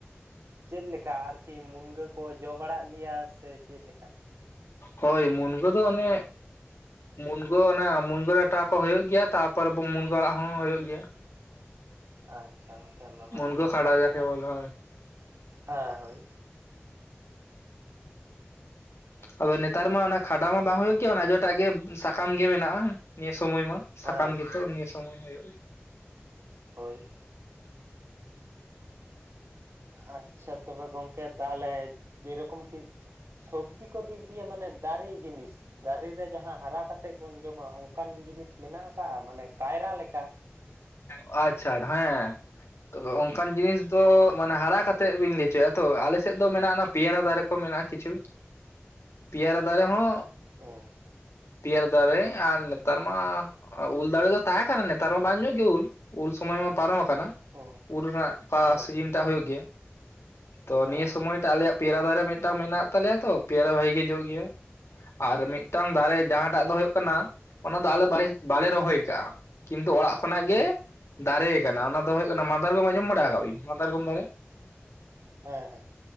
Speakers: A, on the right; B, on the left.
A: ᱪᱮᱜᱞᱮᱠᱟ ᱟᱨᱠᱤ ᱢᱩᱱᱜᱟᱹ ᱠᱚ ᱡᱚ ᱵᱟᱲᱟᱜ ᱜᱮᱭᱟ ᱥᱮ ᱪᱮᱜᱞᱮᱠᱟ?
B: ᱦᱳᱭ ᱢᱩᱱᱜᱟᱹ ᱫᱚ ᱚᱱᱮ ᱢᱩᱱᱜᱟᱹ ᱚᱱᱟ ᱢᱩᱱᱜᱟᱹ ᱰᱟᱴᱟ ᱠᱚ ᱦᱳᱭᱳᱜ ᱜᱤᱭᱟ ᱛᱟ ᱯᱟᱨᱵ ᱢᱩᱱᱜᱟ. ᱟᱲᱟᱜ ᱦᱚᱸ ᱦᱩᱭᱩᱜ ᱜᱮᱭᱟ᱾
A: ᱟᱪᱪᱷᱟ ᱜᱚᱝᱠᱮ ᱚᱱᱟ
B: ᱢᱩᱱᱜᱟᱹ
A: ᱢᱟ ᱟᱹᱰᱤ ᱱᱟᱯᱟᱭ
B: ᱠᱷᱟᱰᱟ ᱡᱟᱠᱮ
A: ᱠᱟᱛᱷᱟ
B: ᱵᱚᱞᱮ ᱦᱳᱭ
A: ᱦᱮᱸ ᱦᱳᱭ᱾
B: ᱟᱫᱚ ᱱᱮᱛᱟᱨ ᱢᱟ ᱚᱱᱟ ᱠᱷᱟᱰᱟ ᱢᱟ ᱵᱟᱝ ᱦᱳᱭᱳᱜ ᱜᱮᱭᱟ ᱚᱱᱟ ᱡᱚ ᱴᱟᱜ ᱜᱮ ᱥᱟᱠᱟᱢ ᱜᱮ ᱢᱮᱱᱟᱜᱼᱟ ᱱᱤᱭᱟᱹ ᱥᱳᱢᱚᱭ ᱢᱟ᱾ ᱥᱟᱠᱟᱢ
A: ᱦᱮᱸ
B: ᱜᱮᱛᱚ ᱱᱤᱭᱟᱹ ᱥᱚᱢᱚᱭ ᱦᱳᱭᱳᱜ᱾
A: ᱦᱳᱭ ᱟᱪᱪᱷᱟ ᱛᱚᱵᱮ ᱜᱚᱝᱠᱮ ᱛᱟᱦᱟᱞᱮ ᱡᱮᱨᱚᱠᱚᱢ ᱠᱤ ᱥᱳᱵ ᱡᱤ ᱠᱚ ᱫᱤᱠ ᱫᱤᱭᱮ ᱢᱟᱱᱮ ᱫᱟᱨᱮ ᱡᱤᱱᱤᱥ᱾ ᱫᱟᱨᱮ ᱨᱮ ᱡᱟᱦᱟᱸ ᱦᱟᱨᱟ ᱠᱟᱛᱮᱫ ᱵᱚᱱ ᱡᱚᱢᱟ ᱚᱱᱠᱟᱱ ᱡᱤᱱᱤᱥ ᱢᱮᱱᱟᱜ ᱟᱠᱟᱜᱼᱟ ᱢᱟᱱᱮ ᱠᱟᱭᱨᱟ ᱞᱮᱠᱟ?
B: ᱟᱪᱪᱷᱟ ᱦᱮᱸ᱾ ᱛᱚᱵᱮ ᱚᱱᱠᱟᱱ ᱡᱤᱱᱤᱥ ᱫᱚ ᱢᱟᱱᱮ ᱦᱟᱨᱟ ᱠᱟᱛᱮᱜ ᱵᱤᱱ ᱞᱟᱹᱭ ᱦᱚᱪᱚᱭᱮᱜ-ᱟ ᱛᱚ ᱟᱞᱮᱥᱮᱫ ᱫᱚ ᱢᱮᱱᱟᱜᱼᱟ ᱚᱱᱟ ᱯᱤᱭᱟᱨᱟ ᱫᱟᱨᱮ ᱠᱚ ᱢᱮᱱᱟᱜᱼᱟ ᱠᱤᱪᱷᱩ ᱯᱤᱭᱟᱨᱟ ᱫᱟᱨᱮ ᱦᱚᱸ
A: ᱚ
B: ᱯᱤᱭᱟᱨᱟ ᱫᱟᱨᱮ ᱟᱨ ᱱᱮᱛᱟᱨ ᱢᱟ ᱩᱞ ᱫᱟᱨᱮ ᱫᱚ ᱛᱟᱦᱮᱸ ᱠᱟᱱᱟ ᱱᱮᱛᱟᱨ ᱢᱟ ᱵᱟᱝ ᱡᱚᱜ ᱜᱮ ᱩᱞ᱾ ᱩᱞ ᱥᱚᱢᱚᱭ ᱢᱟ ᱯᱟᱨᱚᱢ ᱟᱠᱟᱱᱟ
A: ᱦᱮᱸ
B: ᱩᱞ ᱨᱮᱱᱟᱜ ᱚᱠᱟ
A: ᱦᱮᱸ
B: ᱥᱤᱡᱤᱱ ᱴᱟᱜ ᱦᱩᱭᱩᱜ ᱜᱮᱭᱟ᱾ ᱛᱚ
A: ᱦᱮᱸ
B: ᱱᱤᱭᱟᱹ ᱥᱚᱢᱚᱭ ᱴᱟᱜ ᱟᱞᱮᱭᱟᱜ ᱯᱮᱭᱟᱨᱟ ᱫᱟᱨᱮ ᱢᱤᱫᱴᱟᱝ ᱢᱮᱱᱟᱜ ᱛᱟᱞᱮᱭᱟ ᱛᱚ ᱯᱮᱭᱟᱨᱟ ᱵᱷᱟᱜᱤ ᱜᱤ ᱡᱚᱜ ᱜᱮᱭᱟ᱾ ᱟᱨ ᱢᱤᱫᱴᱟᱝ ᱫᱟᱨᱮ ᱡᱟᱦᱟᱸᱴᱟᱜ ᱫᱚ ᱦᱩᱭᱩᱜ ᱠᱟᱱᱟ ᱚᱱᱟ ᱫᱚ ᱟᱞᱮ ᱵᱟᱞᱮ ᱵᱟᱞᱮ ᱨᱚᱦᱚᱭ ᱠᱟᱜ -ᱟ᱾ ᱠᱤᱱᱛᱩ ᱚᱲᱟᱜ ᱠᱷᱚᱱᱟᱜ ᱜᱮ
A: ᱦᱮᱸ
B: ᱫᱟᱨᱮ ᱠᱟᱱᱟ ᱚᱱᱟ ᱫᱚ ᱦᱳᱭᱳᱜ ᱠᱟᱱᱟ ᱢᱟᱫᱟᱨᱜᱚᱢ ᱟᱸᱡᱚᱢ ᱵᱟᱲᱟ ᱟᱠᱟᱜᱵᱤᱱ ᱢᱟᱫᱟᱨᱠᱚᱢ ᱫᱟᱨᱮ?
A: ᱦᱮᱸ ᱦᱮᱸ